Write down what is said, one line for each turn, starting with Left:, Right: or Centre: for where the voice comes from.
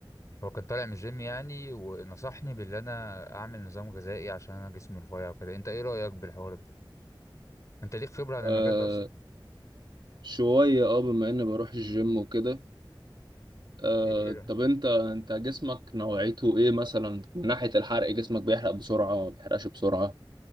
Left: هو كان طالع من الجيم يعني ونصحني باللي انا اعمل نظام غذائي عشان انا جسمي رفيع وكده انت ايه رايك بالحوار ده انت ليك خبره عن المجال
Right: آه،
Left: ده اصلا
Right: شوية اه بما اني بروح الجيم وكده آه،
Left: ايه إيه رأيك؟
Right: طب انت انت جسمك نوعيته ايه مثلا من ناحية الحرق جسمك بيحرق بسرعة ما بيحرقش بسرعة